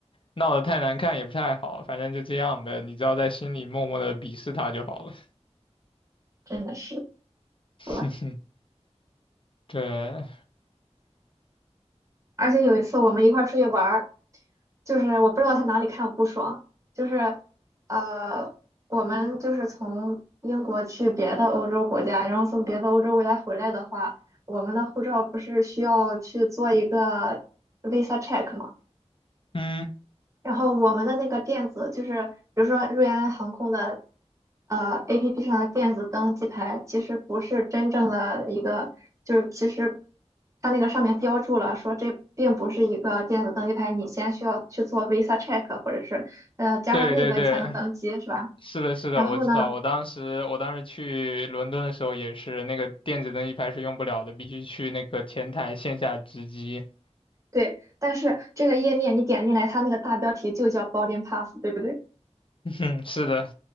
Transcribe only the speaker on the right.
真的是服了。
而且有一次我们一块儿出去玩儿，就是我不知道他哪里看我不爽，就是呃，我们就是从英国去别的欧洲国家，然后从别的欧洲国家回来的话，我们的护照不是需要去做一个 visa check 吗？
然后我们的那个电子就是，比如说瑞安航空的呃 APP 上的电子登机牌，其实不是真正的一个，就是其实它那个上面标注了说这并不是一个电子登机牌，你先需要去做 Visa check 或者是呃加上那个你才能登机，
是吧？
然后呢，
对，但是这个页面你点进来，它那个大标题就叫 boarding pass，对不对？